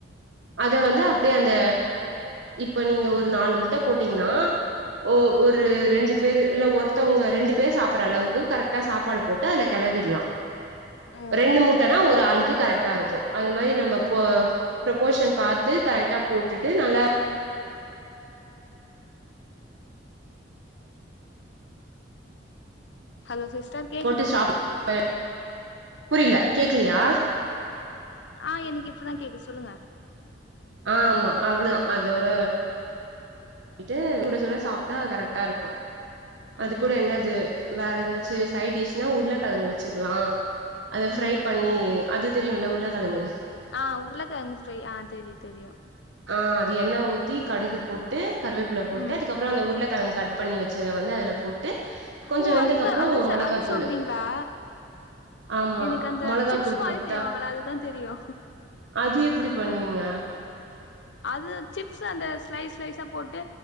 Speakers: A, on the right; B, on the left.
A: அத வந்து
B: ஆ
A: அப்டியே அந்த இப்ப நீங்க ஒரு நாலு முட்ட போட்டிங்கன்னா ஓ ஒரு
B: ம்
A: ரெண்டு பேரு இல்ல ஒரு த்தவுங்க ரெண்டு பேர் சாப்புட்ற அளவுக்கு கரெக்டா சாப்பாடு போட்டு அதுல கெளரிர்ல்லா
B: ஓ
A: ரெண்டு முட்ட தா ஒரு ஆளுக்கு கரெக்டா இருக்கு அது மாரி நம்ப
B: ம்
A: போ ப்ரபோஷன் பாத்து கரெக்டா போட்டுட்டு நல்லா
B: ஹலோ சிஸ்டர் கேக்குது
A: போட்டு <unintelligible> புரில கேக்லியா
B: ஆ எனகு இப்பதா கேக்கு சொல்லுங்க
A: ஆ ஆமா அவ்ளோதா அதோட மிட்டு சுட சுட சாப்ட்டா அது கரெக்டாருக்கு அதுக்
B: ம்
A: கூட என்னது வேற எதா ச்சு சைடிஷ்னா உருளக்கெழங்கு வெச்சுக்லா அத ஃப்ரைப்
B: ம்
A: பண்ணி அது தெரியுல்ல உருளகெழங்கு
B: ஆ உருளகெழங்கு ஃப்ரை ஆ தெரியு தெரியு
A: ஆ அது எண்ணெ ஊத்தி கடுகு போட்டு கருவேப்ள போட்டு
B: ம்
A: அதுக்கப்றோ அந்த உருளகெழங்கு கட் பண்ணி வெச்சத வந்து அதலப் போட்டு கொஞ்சோ
B: ஓ
A: வெந்தகப்றோ
B: அந்த அத
A: மொளகாத்தூளு
B: அது சொல்றீங்களா
A: ஆமா
B: எனக்கு அந்த
A: மொளகாத்தூள்
B: சிப்ஸ் மாரி
A: போட்டா
B: செய்வாங்கள அதுதா தெரியு
A: அது எப்டி பண்ணுவீங்க
B: அது சிப்ஸு அந்த ஸ்லைஸ் ஸ்லைஸாப் போட்டு